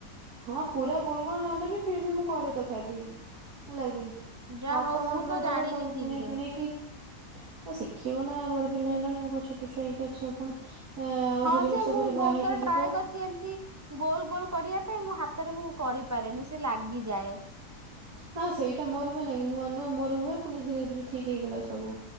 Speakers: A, on the right; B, on the right.
A: ହଁ ପୁରା ଗୋଲ ଗୋଲ ନହେଲେ ବି ଫିରୀବି ମୁଁ ଘରେ ତଥାପି ହେଲାକି।
B: ଯା
A: ହାତ
B: ହଉ
A: ମୋର
B: ମୁଁ
A: ପୁରା
B: ତ
A: ଦର
B: ଜାଣିନି
A: ସବୁ
B: ଠିକ
A: ଫିଣେଇ
B: ରେ।
A: ଫିଣେଇକି ଆ ଶିଖିବ ନା ବଡ ପିଲା ହେଲଣି ଆଉ କଣ ଛୋଟ ଛୁଆ ହେଇକି ଅଛ ପୁଣି ଏ ଆଉ
B: ହଁ
A: କିଛି
B: ଯେ
A: ବର୍ଷ
B: ମୁଁ
A: ପରେ
B: ବହୁତ
A: ବାହା ହେଇକି
B: ଥର ଟ୍ରାଏ
A: ଯିବ।
B: କରିଚି ଏମିତି ଗୋଲ ଗୋଲ କରିବା ହେ ମୋ ହାତରେ ମୁଁ କରିପାରେନି ସେ ଲାଗିଯାଏ।
A: ହଁ ସେଇଟା ମୋର ହୁଏ ନାଇଁ ନୂଆ ନୂଆ ମୋର ହୁଏ ପୁଣି ଧୀରେ ଧୀରେ ଠିକ୍ ହେଇଗଲା ସବୁ।